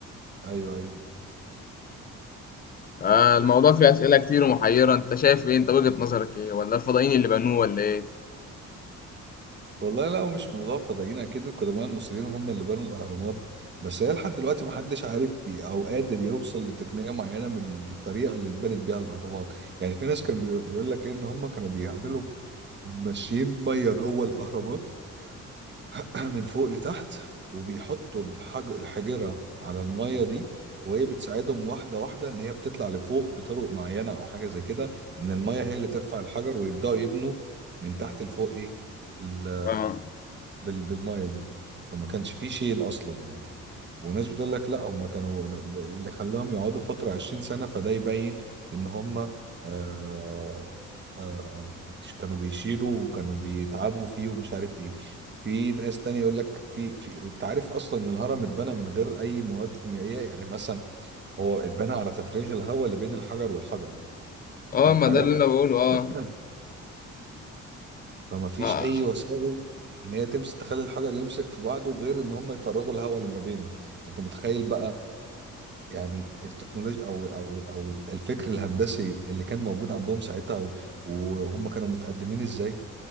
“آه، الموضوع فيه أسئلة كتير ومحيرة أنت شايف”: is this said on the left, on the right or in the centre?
Left